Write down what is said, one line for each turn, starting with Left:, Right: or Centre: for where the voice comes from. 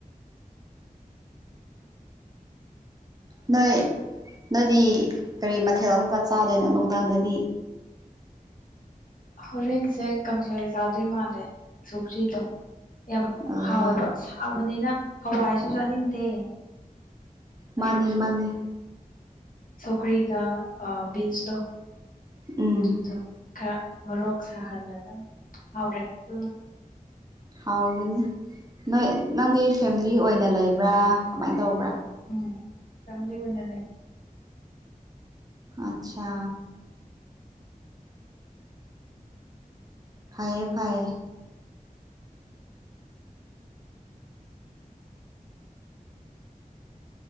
Right: ꯅꯣꯏ ꯅꯣꯏꯗꯤ ꯀꯔꯤ ꯃꯊꯦꯜ ꯑꯃꯀ ꯆꯥꯗꯣꯏꯅꯣ ꯅꯨꯡꯗꯥꯡꯗꯗꯤ
Left: ꯍꯣꯔꯦꯟꯁꯦ ꯀꯥꯡꯁꯣꯏ ꯆꯥꯗꯣꯏ ꯃꯥꯜꯂꯦ ꯁꯨꯒ꯭ꯔꯤꯗꯣ ꯌꯥꯝ
Right: ꯎꯝ
Left: ꯍꯥꯎꯋꯦꯕ ꯁꯥꯕꯅꯤꯅ ꯍꯋꯥꯏꯁꯨ ꯆꯥꯅꯤꯡꯗꯦ ꯑꯂꯨꯁꯨ
Right: ꯃꯥꯅꯦ ꯃꯥꯅꯦ
Left: ꯁꯣꯀꯔꯤꯀꯥ ꯕꯤꯟꯁ ꯇꯣ
Right: ꯎꯝ
Left: ꯑꯗꯨꯗꯣ ꯈꯔ ꯃꯔꯣꯛ ꯁꯥꯍꯜꯂꯒ ꯍꯥꯎꯔꯦ ꯑꯗꯨꯨꯅ
Right: ꯍꯥꯎꯒꯅꯤ ꯅꯣꯏ ꯅꯪꯗꯤ ꯐꯦꯃꯤꯂꯤ ꯑꯣꯏꯅ ꯂꯩꯕ꯭ꯔꯥ ꯀꯃꯥꯏꯅ ꯇꯧꯕ꯭ꯔꯥ
Left: ꯎꯝ ꯐꯦꯃꯤꯂꯤ ꯑꫭꯏꯅ ꯂꯩ
Right: ꯑꯆꯥꯆꯥ ꯐꯩꯌꯦ ꯐꯩꯌꯦ